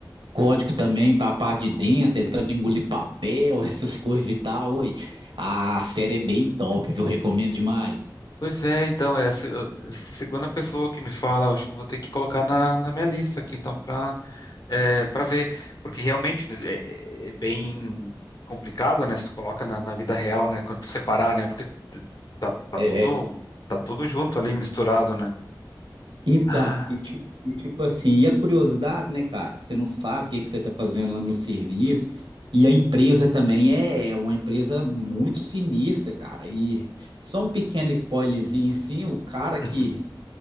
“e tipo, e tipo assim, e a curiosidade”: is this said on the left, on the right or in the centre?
Right